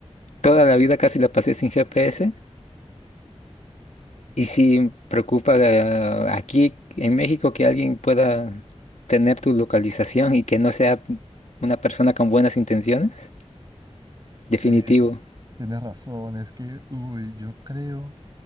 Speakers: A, on the left (about 80°); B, on the right (about 35°).
A: toda la vida casi la pasé sin GPS y sí preocupa ah, aquí en México que alguien pueda tener tu localización y que no sea una persona con buenas intenciones.
B: Sí,
A: Definitivo.
B: tienes razón, es que, uy, yo creo